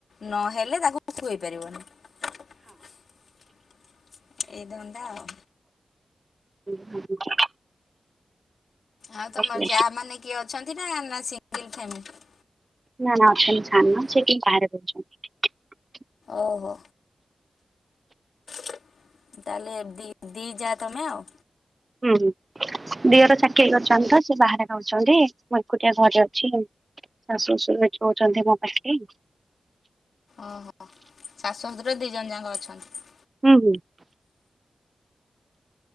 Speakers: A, on the left; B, on the right.
A: ନହେଲେ ତାକୁ ଖୁଏଇ ପାରିବନି ଏଇ ଧନ୍ଦା ଆଉ।
B: <unintelligible>
A: ଆଉ ତମର
B: ହଁ
A: ଯାଆ ମାନେ କିଏ ଅଛନ୍ତି ନା ସିଙ୍ଗଲ୍ ଫ୍ୟାମିଲି।
B: ନା ନା ଅଛନ୍ତି ସାନ ସେ ଟିକେ ବାହାରେ ରହୁଛନ୍ତି।
A: ଓହୋ। ତାହେଲେ ଦି ଦି ଯା ତମେ ଆଉ।
B: ହୁଁ ଉଁ। ଦିହର ଚାକିରି କରିଚନ୍ତି ତ ସେ ବାହାରେ ଯାଉଚନ୍ତି ମୁଁ ଏକୁଟିଆ ଘରେ ଅଛି ଆଉ ଶାଶୁ ଶଶୁର ଏଠି ରଉଚନ୍ତି ମୋ ପାଖେରେ।
A: ଓହୋ ଶାଶୁ ଶଶୁର ଦି ଜଣ ଯାକଁ ଅଛନ୍ତି।
B: <unintelligible>